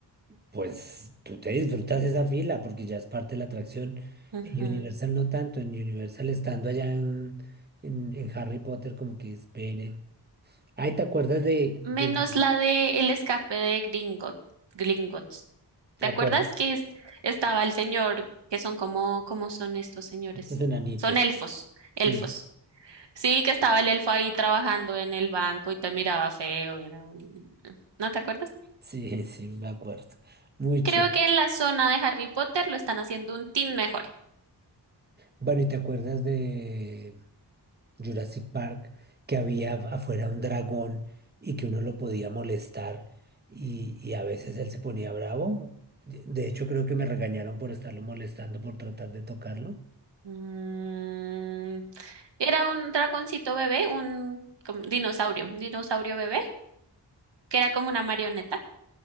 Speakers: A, on the right (about 25°); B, on the right (about 80°).
A: Pues tú te disfrutas esa fila porque ya es parte de la atracción.
B: Ujú.
A: En Universal no tanto, en Universal estando allá en, en- en Harry Potter como que esperen. Ay, ¿te acuerdas de,
B: Menos
A: de...
B: la de el escape de Gringot, Gringotts. ¿Te
A: Acuerdo,
B: acuerdas que es- estaba el señor, que son como, ¿cómo son estos señores?
A: estos enanitos.
B: Son elfos,
A: Sí,
B: elfos. Sí, que estaba el elfo ahí trabajando en el banco y te miraba feo. y era un- ¿No te acuerdas?
A: sí, <laughs> sí, me acuerdo. Muy chévere.
B: Creo que en la zona de Harry Potter lo están haciendo un tin mejor.
A: Bueno, ¿y te acuerdas de... Jurassic Park, que había af- afuera un dragón y que uno lo podía molestar y, y a veces él se ponía bravo. De de hecho, creo que me regañaron por estarlo molestando, por tratar de tocarlo,
B: Mm, era un dragoncito bebé, un como dinosaurio, un dinosaurio bebé, que era como una marioneta.